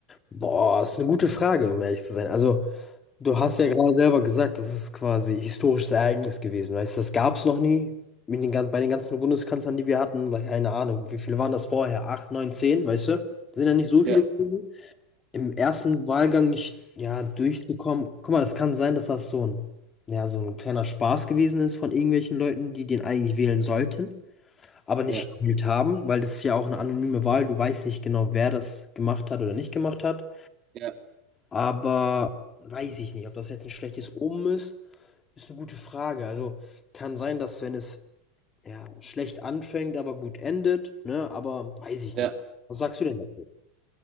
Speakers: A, on the left; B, on the right.
A: boah, das ist eine gute Frage, um ehrlich zu sein. Also, du hast ja gerade selber gesagt, das ist quasi historisches Ereignis gewesen, weißt du, das gab es noch nie mit den, gan- bei den ganzen Bundeskanzlern, die wir hatten, weil keine Ahnung, wie viele waren das vorher? Acht, neun, zehn, weißt du? Sind ja nicht so
B: Ja,
A: viele gewesen. Im ersten Wahlgang nicht, ja, durchzukommen. Guck mal, es kann sein, dass das so ein, ja, so ein kleiner Spaß gewesen ist von irgendwelchen Leuten, die den eigentlich wählen sollten, aber nicht
B: ja,
A: gewählt haben, weil das ist ja auch eine anonyme Wahl, du weißt nicht genau, wer das gemacht hat oder nicht gemacht hat.
B: ja,
A: Aber weiß ich nicht, ob das jetzt ein schlechtes Omen ist, ist eine gute Frage. Also, kann sein, dass wenn es, ja, schlecht anfängt, aber gut endet, ne, aber weiß ich
B: ja.
A: nicht. Was sagst du denn dazu?